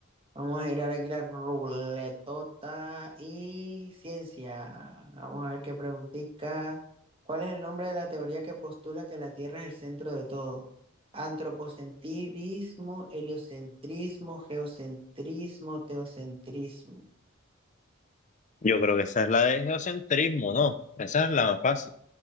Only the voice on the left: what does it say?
Yo creo que esa es la de geocentrismo, ¿no? Esa es la más fácil.